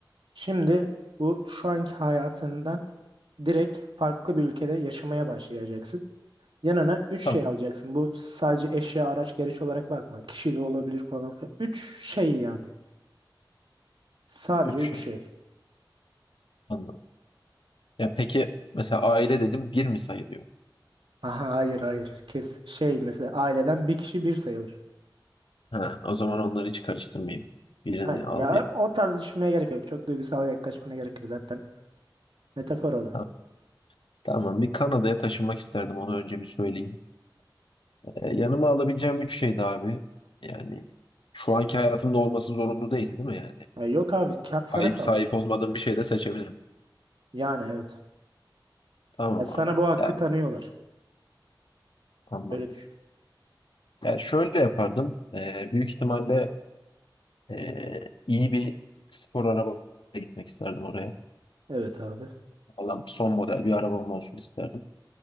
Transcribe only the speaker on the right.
şimdi bu şu anki hayatından direkt farklı bir ülkede yaşamaya başlayacaksın. Yanına 3
şey alacaksın. Bu sadece eşya, araç, gereç olarak bakma. Kişi de olabilir falan filan. 3 şey yani. Sadece
3
şey.
Aha hayır hayır. Kes şey mesela aileden bir kişi bir sayılır.
Hayır,
ya
o tarz düşünmeye gerek yok. Çok duygusal yaklaşmana gerek yok zaten. Metafor olarak.
Ya yok abi ka- sana
kalmış.
Yani evet.
Ya sana
bu hakkı
tanıyorlar.
Öyle düşün.
Evet abi.